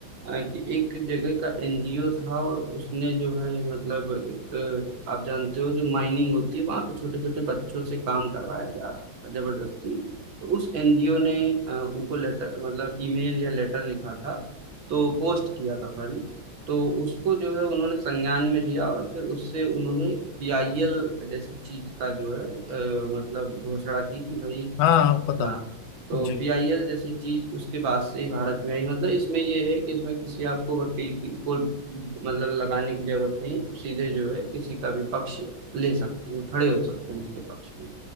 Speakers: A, on the right; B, on the left.
A: अ, कि एक जगह का एनजीओ था और उसने जो है मतलब एक अ, आप जानते हो जो माइनिंग होती है वहां पे छोटे छोटे बच्चों से काम करवाया जा रहा था जबरदस्ती तो उस एनजीओ ने अ, उनको लेटर मतलब ईमेल या लेटर लिखा था तो पोस्ट किया था सॉरी तो उसको जो है उन्होंने संज्ञान में लिया और फिर उससे उन्होंने पीआईएल जैसी चीज का जो है अ, मतलब घोषणा की कि भाई
B: हाँ हाँ, पता
A: हाँ
B: है
A: तो
B: जी
A: पीआईएल जैसी चीज उसके बाद से ही भारत में आई मतलब इसमें ये है कि इसमें किसी आपको वकील की को मतलब लगाने की जरूरत नहीं सीधे जो है किसी का भी पक्ष ले सकते हैं खड़े हो सकते हैं उसके पक्ष में